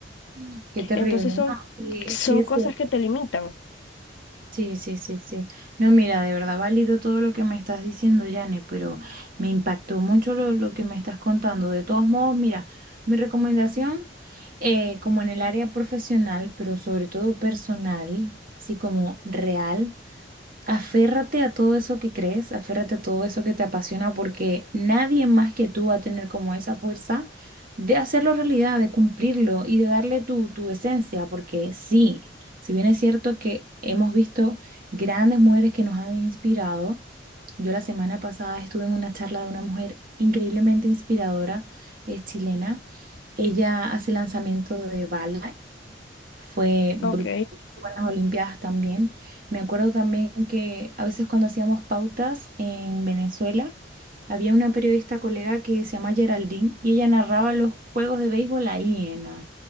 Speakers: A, on the right; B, on the left.
A: Mm. Qué terrible,
B: Entonces son,
A: ¿no? Sí,
B: son
A: sí, es
B: cosas
A: cierto.
B: que te limitan.
A: Sí, sí, sí, sí. No, mira, de verdad, válido todo lo que me estás diciendo, Yane, pero me impactó mucho lo, lo que me estás contando. De todos modos, mira, mi recomendación, eh, como en el área profesional, pero sobre todo personal, así como real. Aférrate a todo eso que crees, aférrate a todo eso que te apasiona, porque nadie más que tú va a tener como esa fuerza de hacerlo realidad, de cumplirlo y de darle tu, tu esencia, porque sí, si bien es cierto que hemos visto grandes mujeres que nos han inspirado, yo la semana pasada estuve en una charla de una mujer increíblemente inspiradora, es chilena, ella hace lanzamiento de bala fue brutal
B: Ok,
A: con las Olimpiadas también. Me acuerdo también que a veces cuando hacíamos pautas en Venezuela, había una periodista colega que se llama Geraldine y ella narraba los juegos de béisbol ahí en la,